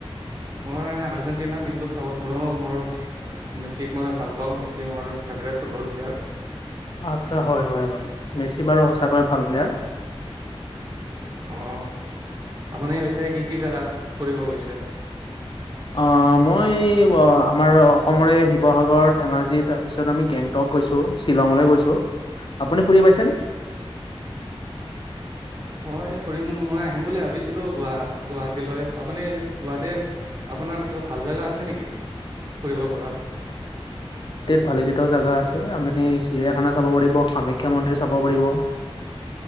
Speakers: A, on the right; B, on the left.
A: মই আৰ্জেণ্টিনা টিমটোক চাপৰ্ট কৰো মোৰ মেচিক মই ভাল পাওঁ মে মোৰ ফেভট ফুটবল প্লেয়াৰ
B: আচ্ছা হয়-হয় বাৰু মেচি বাৰু সঁচাকৈ ভাল প্লেয়াৰ।
A: অ' আপুনি পিছে কি-কি জেগাত ফুৰিব গৈছে।
B: অ' মই ৱ আমাৰ অসমৰে শিৱসাগৰ, ধেমাজি তাৰপিছত আমি গেংটক গৈছোঁ শ্বিলঙলৈও গৈছোঁ। আপুনি ফুৰি পাইছেনে।
A: <inaudible> মই ফুৰিম মই আহিম বুলি ভাবিছিলো গোৱা গুৱাহাটীলৈ আপুনি গুৱাহাটী আপোনাৰ কিবা ভাল জাগা আছে নেকি ফুৰিব পৰা।
B: ভালকেইটাও জেগা আছে আপুনি চিৰিয়াখানা চাব পাৰিব কামাখ্যা মন্দিৰ চাব পাৰিব।